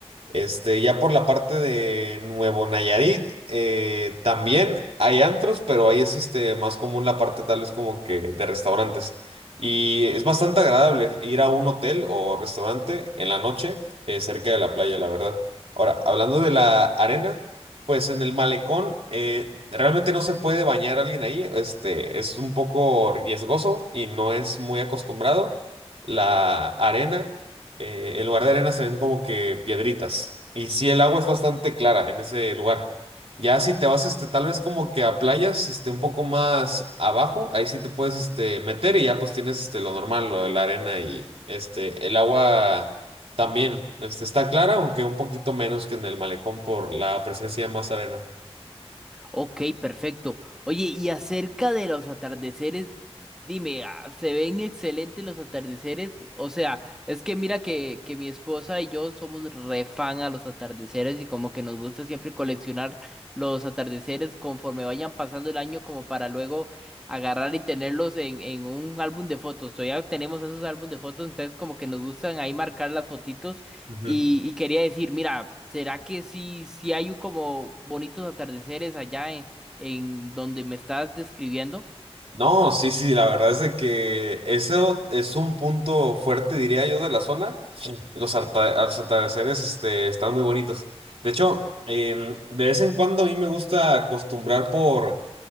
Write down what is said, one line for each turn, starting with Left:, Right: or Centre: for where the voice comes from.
Right: Este, ya por la parte de Nuevo Nayarit, eh, también hay antros, pero ahí es este, más común la parte tal vez como que de restaurantes. Y es bastante agradable ir a un hotel o restaurante en la noche, eh, cerca de la playa, la verdad. Ahora, hablando de la arena. Pues en el malecón eh, realmente no se puede bañar alguien ahí, este, es un poco riesgoso y no es muy acostumbrado. La arena, eh, en lugar de arena se ven como que piedritas y sí el agua es bastante clara en ese lugar. Ya si te vas este, tal vez como que a playas este, un poco más abajo, ahí sí te puedes este, meter y ya pues tienes este, lo normal, lo de la arena y este, el agua. También, este, está clara, aunque un poquito menos que en el malecón por la presencia de más arena.
Centre: Ok, perfecto. Oye, y acerca de los atardeceres, dime, ah, ¿se ven excelentes los atardeceres? O sea, es que mira que, que mi esposa y yo somos re fan a los atardeceres y como que nos gusta siempre coleccionar los atardeceres conforme vayan pasando el año como para luego agarrar y tenerlos en, en un álbum de fotos. O tenemos esos álbumes de fotos, entonces como que nos gustan ahí marcar las fotitos.
Right: Ujú.
Centre: Y, y quería decir, mira, ¿será que sí, sí hay un como bonitos atardeceres allá en, en donde me estás describiendo?
Right: No, sí, sí, la verdad es de que eso es un punto fuerte, diría yo, de la zona. Sí. Los, arta- los atardeceres, este, están muy bonitos. De hecho, em, de vez en cuando a mí me gusta acostumbrar por